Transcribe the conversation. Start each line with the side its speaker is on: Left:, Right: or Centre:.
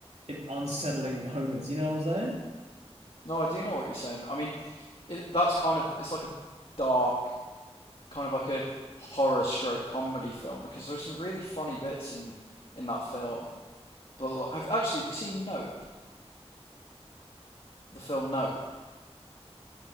Right: and unsettling <laughs> moments. You know what I'm saying?
Left: No, I do know what you're saying. I mean, it, that's kind of it's like a dark, kind of like a horror stroke comedy film because there are some really funny bits in in that film. But like, have actually have you seen Nope? The film Nope?